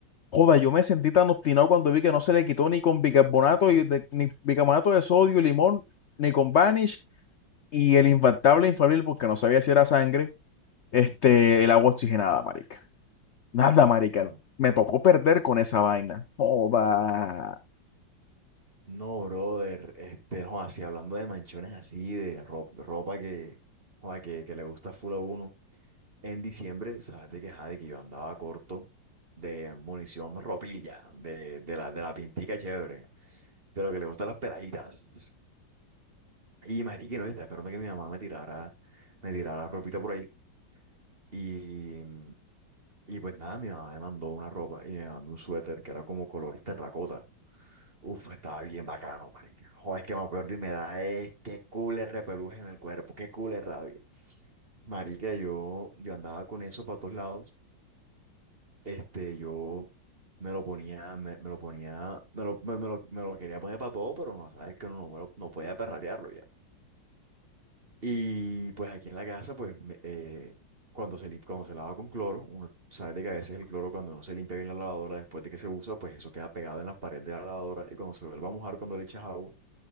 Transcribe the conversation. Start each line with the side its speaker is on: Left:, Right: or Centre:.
Left: Joda, yo me sentí tan obstinado cuando vi que no se le quitó ni con bicarbonato, y de- ni bicarbonato de sodio, y limón, ni con Vanish y el infaltable infalible, porque no sabía si era sangre, este, el agua oxigenada, marica. Nada, marica.
Right: Claro.
Left: Me tocó perder con esa vaina. Joda.
Right: No, brother, este, no, así hablando de manchones así, de ropa, ropa que, joda, que, que le gusta full a uno. En diciembre, sabes de que, ajá, de que yo andaba corto de munición ropilla, de, de la, de la pintica chévere, de lo que le gustan las peladitas. Y marica, no, estaba esperando que mi mamá me tirara, me tirara ropita por ahí. Y, y pues nada, mi mamá me mandó una ropa y me mandó un suéter que era como color terracota. Uf, estaba bien bacano, marica. Joder, es que me acuerdo y me da, es qué cool el repeluje en el cuerpo, qué cool es rabia. Marica, yo, yo andaba con eso para todos lados. Este, yo me lo ponía, me, me lo ponía, me lo, me, me lo, me lo quería poner para todo, pero no, sabes que uno no, me lo- no podía perratearlo ya. Y pues aquí en la casa, pues, me- eh, cuando se, lim- cuando se lava con cloro, uno sabe de que a veces el cloro cuando no se limpia bien la lavadora después de que se usa, pues eso queda pegado en las paredes de la lavadora y cuando se vuelve a mojar cuando le echas agua